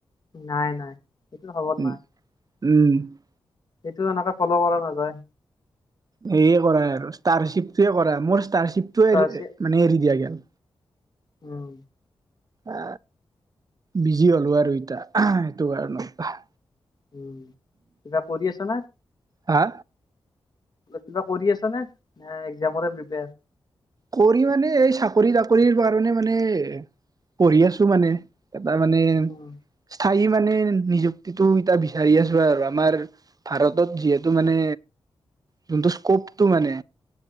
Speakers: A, on the left (about 45°); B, on the right (about 40°).
A: নাই নাই সেইটো খবৰ
B: উম।
A: নাই
B: উম
A: এইটো এনেকে ফল পৰা নাযায়
B: সেয়ে কৰা আৰু ষ্টাৰশ্বিপটোৱে কৰা মোৰ ষ্টাৰশ্বিপটোোৱে
A: তাৰপিছত
B: মানে এৰি দিয়া গল
A: উম
B: এ বিজি হলো আৰু ইতা সেইটো কাৰণত
A: উম কিবা কৰি আছ না
B: হা
A: কিবা কৰি আছ নে ন একজামৰে প্ৰিপেয়াৰ
B: কৰি মানে এই চাকৰি তাকৰিৰ কাৰণে মানে পঢ়ি আছো মানে এটা মানে
A: উম
B: স্থায়ী মানে নিযুক্তিটো এতিয়া বিচাৰি আছো আৰু আমাৰ ভাৰতত যিহেতু মানে যোনটো স্ক'পটো মানে